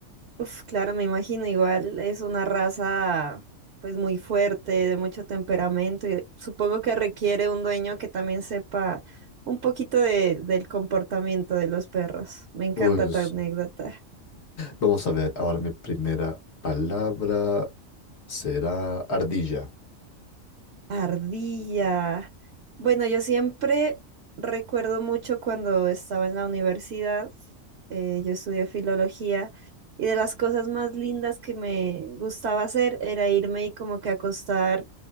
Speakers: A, on the right (about 60°); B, on the left (about 55°).
A: Uf, claro, me imagino, igual es una raza pues muy fuerte, de mucho temperamento, y supongo que requiere un dueño que también sepa un poquito de- del comportamiento de los perros. Me encanta
B: Pues
A: tu anécdota.
B: vamos a ver. Ahora mi primera palabra será ardilla.
A: Ardilla. Bueno, yo siempre recuerdo mucho cuando estaba en la universidad, eh, yo estudié filología. Y de las cosas más lindas que me gustaba hacer era irme y como que acostar